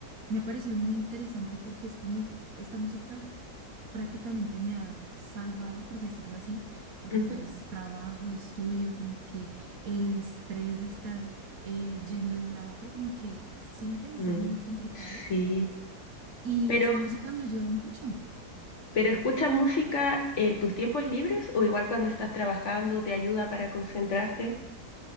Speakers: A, on the right; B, on the left.
A: me ha parecido muy interesante porque es como esta música prácticamente me ha salvado, por decirlo así, porque
B: ujú.
A: pues trabajo, estudio, como que el estrés de estar eh, yendo de un lado a otro, como que, si me entiendes,
B: Mm,
A: es muy complicado.
B: sí,
A: Y
B: pero,
A: esta música me ha ayudado mucho.
B: pero ¿escuchas música en tus tiempos libres o igual cuando estás trabajando te ayuda para concentrarte?